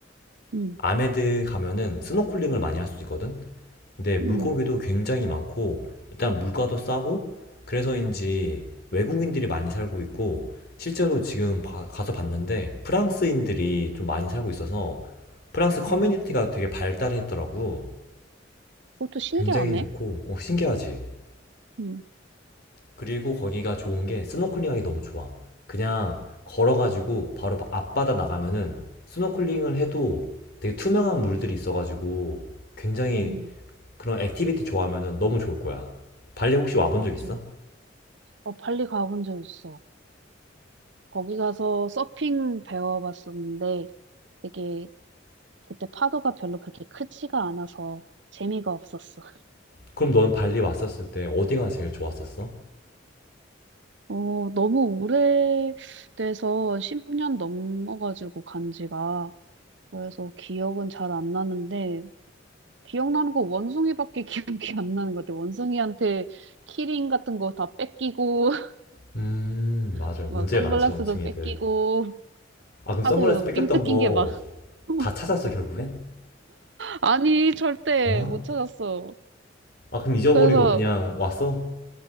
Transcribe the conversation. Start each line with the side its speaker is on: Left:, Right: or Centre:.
Right: 응.
Left: 아메드 가면은 스노클링을 많이 할 수 있거든? 근데 물고기도
Right: 응.
Left: 굉장히 많고 일단 물가도 싸고 그래서인지 외국인들이 많이 살고 있고 실제로 지금 가, 가서 봤는데 프랑스인들이 좀 많이 살고 있어서 프랑스 커뮤니티가
Right: 아,
Left: 되게 발달했더라고.
Right: 그것도 신기하네.
Left: 굉장히 좋고 어, 신기하지.
Right: 응.
Left: 그리고 거기가 좋은 게 스노클링하기 너무 좋아. 그냥 걸어가지고 바로 앞바다 나가면은 스노클링을 해도 되게 투명한 물들이 있어가지고 굉장히
Right: 응.
Left: 그런 액티비티 좋아하면 너무 좋을 거야. 발리 혹시 와본
Right: 맞아.
Left: 적 있어?
Right: 어, 발리 가본 적 있어. 거기 가서 서핑 배워봤었는데 되게 그때 파도가 별로 그렇게 크지가 않아서 재미가 없었어.
Left: 그럼 너는 발리 왔었을 때 어디가 제일 좋았었어?
Right: 어, 너무 오래돼서 10년 넘어가지고 간 지가. 그래서 기억은 잘 안 나는데 기억나는 거 원숭이밖에 <laughs> 기억이 안 나는 것 같아. 원숭이한테 키링 같은 거 다 뺏기고
Left: 음,
Right: <laughs>
Left: 맞아. 문제
Right: 막 선글라스도
Left: 많지, 원숭이들.
Right: 뺏기고
Left: 아, 그럼 선글라스
Right: 하도
Left: 뺏겼던
Right: 삥 뜯긴
Left: 거
Right: 게 막. <laughs>
Left: 다 찾았어, 결국엔?
Right: 아니 절대
Left: 어?
Right: 못 찾았어.
Left: 아, 그럼 잊어버리고
Right: 그래서
Left: 그냥 왔어?